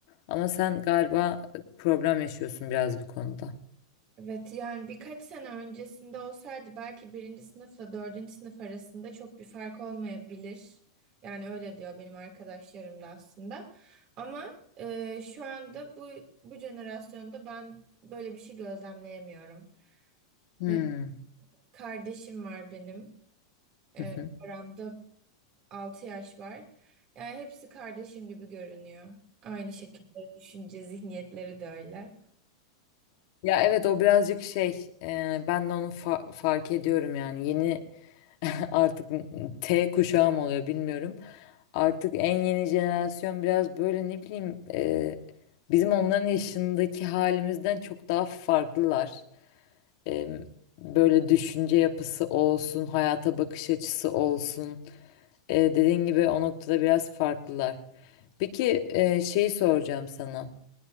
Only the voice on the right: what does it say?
Evet yani birkaç sene öncesinde olsaydı belki birinci sınıfla dördüncü sınıf arasında çok bir fark olmayabilir. Yani öyle diyor benim arkadaşlarım da aslında. Ama e, şu anda bu bu jenerasyonda ben böyle bir şey gözlemleyemiyorum.
E, kardeşim var benim. E,
aramda 6 yaş var. Yani hepsi kardeşim gibi görünüyor. Aynı şekilde düşünce zihniyetleri de öyle.